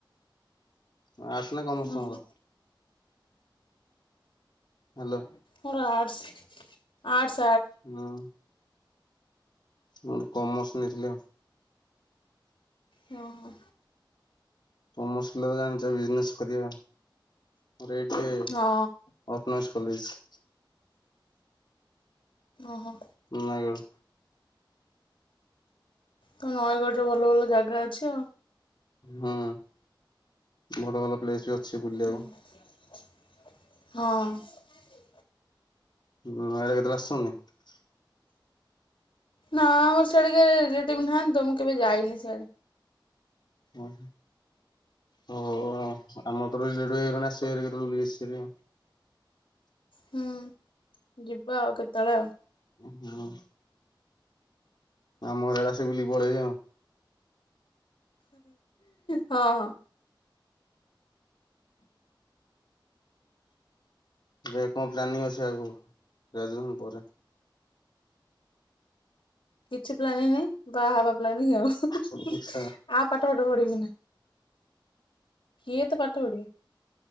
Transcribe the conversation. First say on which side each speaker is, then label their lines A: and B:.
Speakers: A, on the left (about 55°); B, on the left (about 80°).
A: ଆରର୍ସ ନା କମର୍ଷ
B: ଓହୋ
A: ତୁମର? ହ୍ୟାଲୋ
B: ମୋର ଆର୍ଟସ୍ ଆର୍ଟସ୍।
A: ହଁ। ମୁଁ ଗୋଟେ କମର୍ସ ନେଇଥିଲି ଆଉ।
B: ହଁ ହୋ।
A: କମର୍ସ। ଜାଣିଛ ବିଜନେସ୍ କରିବା ମୋର ଏଇଠି ଅଟୋନମସ।
B: ହଁ
A: କଲେଜ।
B: ଓହୋ।
A: ନୟାଗଡ।
B: ତ ନୟାଗଡ ରେ ଭଲ ଭଲ ଜାଗା ଅଛି ଆଉ।
A: ହଁ ଭଲ ଭଲ ପ୍ଲେସ ବି ଅଛି।
B: ହୁଁ
A: ବୁଲିବାକୁ
B: ହଁ।
A: ନୟାଗଡ଼ କେତେବେଳେ ଆସିଛନ୍ତି।
B: ନା ଆମର ସିଆଡେ କିଏ ରିଲେଟିଭ ନାହାନ୍ତି ତ। ମୁଁ କେବେ ଯାଇନି ସିଆଡେ।
A: ଓହୋ। ହଉ ଆଉ ଆମର ତ ରିଲେଟିଭ ହେଇଗଲଣି। ଆସିବେ ହାରି କେବେ ବୁଲିକି ଆସିବ ହାରି ଆଉ।
B: ହୁଁ ଯିବା ଆଉ କେତେବେଳେ ଆଉ।
A: ଓ ହଁ। ଆମ ଘର ଆଡ଼େ ଆସିକି ବୁଲିକି ପଳେଇବେ ଆଉ।
B: ହଁ ହଁ।
A: ଏବେ କଣ ପ୍ଲାନିଂ ଅଛି ଆଗକୁ ଗ୍ରାଜୁଏସନ ପରେ।
B: କିଛି ପ୍ଲାନିଙ୍ଗ ନାଇଁ ବାହା ହବା ପ୍ଲାନିଙ୍ଗ ଆଉ।
A: ଓଡ଼ିଶା
B: ଆ ପା ପାଠ ସାଠ ପଢିକି ନାଁ। କିଏ ଏତେ ପାଠ ପଢିବ।